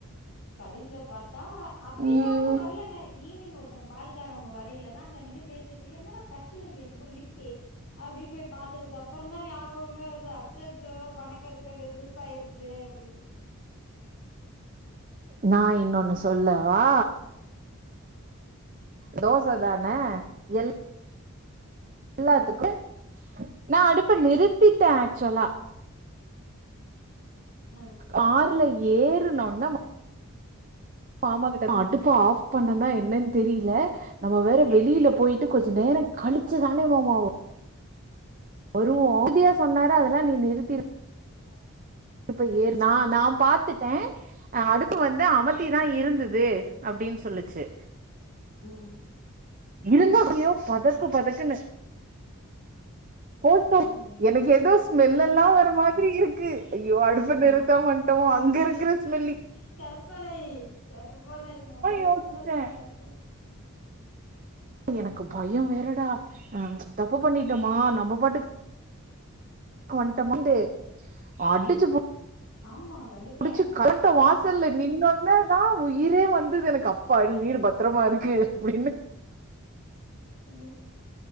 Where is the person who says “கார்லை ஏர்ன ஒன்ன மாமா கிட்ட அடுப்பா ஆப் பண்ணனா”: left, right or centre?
Right